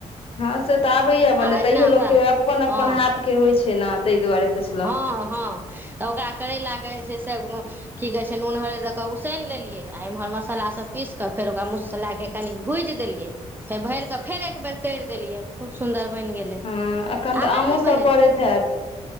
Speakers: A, on the left; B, on the right.
A: हँ से तऽ आबैया बने
B: आ अहिना
A: तैयो
B: ओकरा
A: लोकके अपन अपन
B: हँ
A: हाथ के होइ छै ने तय दुआरे पुछलहुँ
B: हँ हँ तऽ ओकरा करैला कऽ जे छै से की कहै छै नून हरद दऽ कऽ उसनि लेलियै आ एम्हर मसालासभ पीस कऽ फेर ओकरा मुस लए कऽ कनी भुजि देलियै फेर भरि कऽ फेर एकबर तरि देलियै खुब सुन्दर बनि गेलै
A: हँ एखन तऽ
B: अहाँ
A: आमो
B: की
A: सब
B: बनेलहुँ
A: पड़ैत हैत